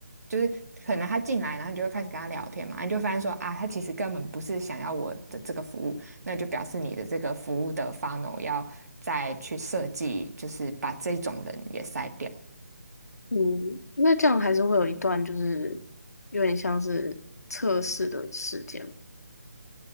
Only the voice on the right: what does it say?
就是可能他进来，然后你就会开始跟他聊天嘛，你就发现说啊，他其实根本不是想要我的这个服务，那就表示你的这个服务的 funnel 要再去设计，就是把这种人也筛掉。